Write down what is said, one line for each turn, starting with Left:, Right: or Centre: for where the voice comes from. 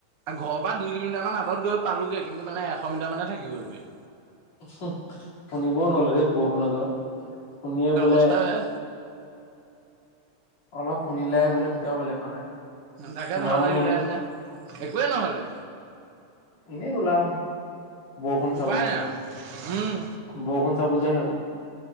Right: ঘৰৰ পা দুই কিলোমিটাৰ মান আঁতৰত গৈ পালোগে, কিন্তু মানে এশ মিটাৰ মান হে থাকি গ'লগে।
Left: শুনিবও নহলে ধেৎ বৰষুণৰ যহত, শুনিয়ে বোলে
Right: অৱস্থা বেয়া
Left: অলপ শুনিলে বোলে তেতিয়াও বেলেগ কথা।
Right: তাকে
Left: শুনাও
Right: ভাল লাগিলে
Left: নহ'লে
Right: এনে একোৱেই নহ'লে।
Left: এনে উলাও। বৰষুণ চাবলে,
Right: উপায় নাই আৰু উম
Left: বৰষুণ চাব যোৱা হে হ'ল।